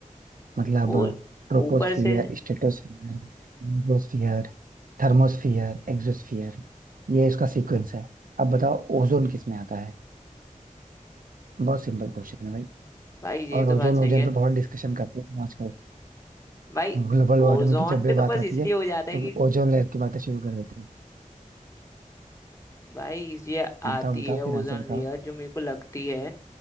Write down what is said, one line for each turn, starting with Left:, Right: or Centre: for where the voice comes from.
Right: मतलब
Left: वो
Right: troposphere
Left: ऊपर से
Right: stratosphere mesosphere thermosphere exosphere ये इसका सीक्वेंस है अब बताओ ओजोन किस में आता है बहुत सिंपल क्वेश्चन है भाई
Left: भाई ये
Right: और
Left: तो
Right: ओजोन
Left: बात सही
Right: ओजोन
Left: है
Right: पे बहुत डिस्कशन करते हैं आजकल
Left: भाई
Right: ग्लोबल वार्मिंग
Left: ओजोन
Right: की जब भी
Left: पे तो
Right: बात
Left: बस
Right: आती
Left: इसलिए
Right: है
Left: हो जाता है
Right: तो
Left: कि
Right: ओजोन लेयर की बातें शुरू कर देते हो
Left: भाई ये
Right: बताओ
Left: आती
Right: बताओ
Left: है
Right: फिर
Left: ओजोन
Right: आंसर बताओ
Left: लेयर जो मेरे को लगती है